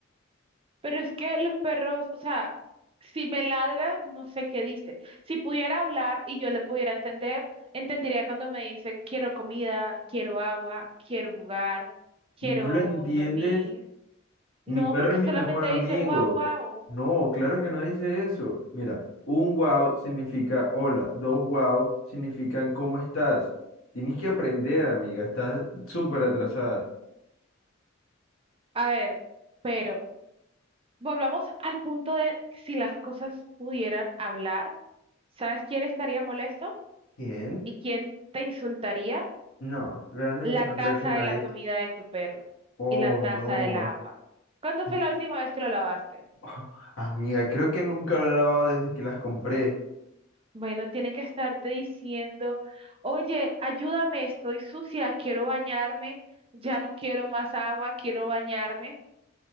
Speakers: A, on the right; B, on the left.
A: Pero es que los perros, o sea, si me ladra, no sé qué dice. Si pudiera hablar y yo le pudiera entender, entendería cuando me dice, quiero comida, quiero agua, quiero jugar, quiero
B: Y no lo entiendes
A: dormir.
B: Mi
A: No,
B: perro
A: porque
B: es mi
A: solamente
B: mejor amigo.
A: dice, guau, guau.
B: No, claro que no dice eso. Mira, un wow significa hola, dos wow significan cómo estás. Tienes que aprender, amiga, estás súper atrasada.
A: A ver, pero volvamos al punto de si las cosas pudieran hablar, ¿sabes quién estaría molesto?
B: ¿Quién?
A: ¿Y quién te insultaría?
B: No, realmente
A: la
B: no
A: taza
B: creo que nadie.
A: de la comida de tu perro
B: Oh,
A: y la taza
B: no.
A: del agua. ¿Cuándo
B: Mi-
A: fue la última vez que lo lavaste?
B: <laughs> Amiga, creo que nunca lo he lavado desde que las compré.
A: Bueno, tiene que estarte diciendo, oye, ayúdame, estoy sucia, quiero bañarme, ya no quiero más agua, quiero bañarme.